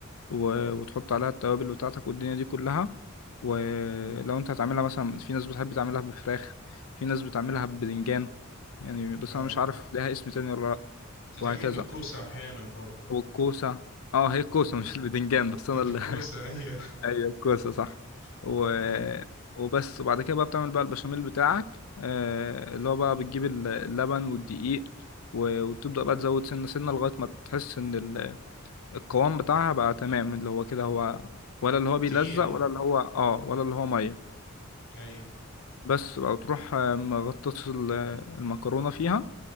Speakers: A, on the left (about 85°); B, on the left (about 60°).
A: و- وتحط
B: اه
A: عليها التوابل بتاعتك والدنيا دي كلها ولو
B: مم.
A: انت هتعملها مثلا في ناس بتحب تعملها بفراخ في ناس بتعملها ببدنجان يعني بس
B: اه
A: انا مش عارف لها اسم تاني ولا لا
B: تتعمل
A: وهكذا
B: بالكوسة احيانا برضو
A: والكوسة اه هي الكوسة
B: مم.
A: مش البدنجان
B: <laughs>
A: بس
B: بالكوسة
A: انا
B: ايوه
A: ايوه الكوسه صح
B: <laughs>
A: و...
B: اه
A: وبس وبعد كده بقى بتعمل بقى البشاميل بتاعك آه، اللي هو بقى بتجيب ال- اللبن والدقيق و- وتبدأ بقى تزود سنة سنة لغاية ما تحس ان ال- القوام بتاعها بقى تمام اللي هو كده هو ولا اللي هو بيلزق
B: تقيل
A: ولا اللي هو اه ولا اللي هو مية
B: ايوه
A: بس بقى تروح مغطس ال- المكرونة فيها